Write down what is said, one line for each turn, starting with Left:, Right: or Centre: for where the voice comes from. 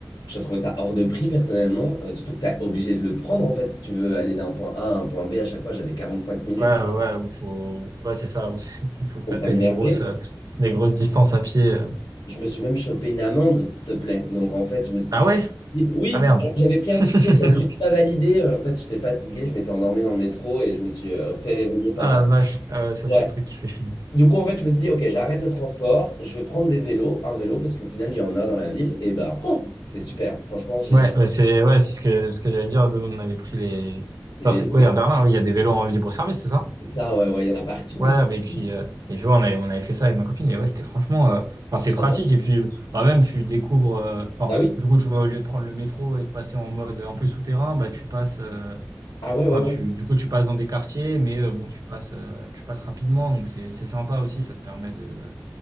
Left: j'ai trouvé ça hors de prix personnellement, euh, surtout que tu es obligé de le prendre en fait si tu veux aller d'un point A à un point B à chaque fois, j'avais 45 minutes.
Right: Ouais, ouais, ouais, faut, ouais, c'est ça. <laughs> Il faut se
Left: Donc
Right: taper
Left: ça m'énervait.
Right: des grosses, euh, des grosses distances à pied. euh.
Left: Je me suis même chopé une amende, s'il te plaît. Donc en fait, je me suis dit,
Right: Ah
Left: c'est
Right: ouais?
Left: possible. Oui,
Right: Ah merde.
Left: alors que j'avais pris
Right: <laughs>
Left: un ticket, je n'avais juste pas validé. En fait, j'étais fatigué, je m'étais endormi dans le métro et je me suis euh, fait réveiller par
Right: Ah la
Left: un.
Right: vache. Ah ouais, ça,
Left: Ouais.
Right: c'est le truc qui fait chier.
Left: Du coup, en fait, je me suis dit, ok, j'arrête le transport, je vais prendre des vélos, un vélo, parce qu'au final, il y en a dans la ville. Et ben, oh, c'est super. Franchement, j'ai
Right: Ouais,
Left: j'ai-
Right: ouais, c'est, ouais, c'est ce que, ce que j'allais dire. de- On avait pris les,
Left: les
Right: enfin,
Left: vélos.
Right: c'est- oui,
Left: ouais.
Right: à Berlin, oui, il y a des vélos en libre service, c'est ça?
Left: Et ça, ouais, ouais, il y en a partout.
Right: Ouais, et puis,
Left: partout.
Right: euh, et puis, ouais, on avait, on avait fait ça avec ma copine. Et ouais, c'était franchement, euh, enfin, c'est
Left: J'adore.
Right: pratique. Et puis, bah, même, tu découvres, euh, enfin,
Left: Ah oui?
Right: du coup, tu vois, au lieu de prendre le métro et de passer en mode un peu souterrain, bah, tu passes, euh,
Left: Ah ouais, ouais,
Right: Enfin,
Left: ouais.
Right: tu, du coup, tu passes dans des quartiers, mais euh, bon, tu passes, euh, tu passes rapidement, donc c'est c'est sympa aussi, ça te permet de,